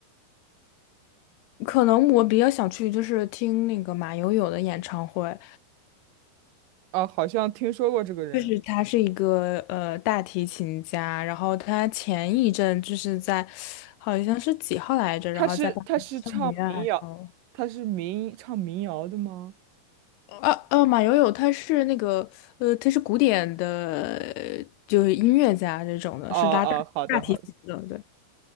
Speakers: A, on the left (about 80°); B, on the right (about 65°).
A: 可能我比较想去，就是听那个马友友的演唱会。
B: 啊，好像听说过这个人。
A: 就是他是一个呃大提琴家，然后他前一阵就是在好像是几号来着，
B: 他是他是唱民谣，
A: 然后在巴黎圣母院，然后
B: 他是民唱民谣的吗？
A: 呃呃马友友他是那个呃他是古典的，呃就是音乐家这种的，
B: 哦哦，
A: 是拉大大提琴的，
B: 好的好的。
A: 对。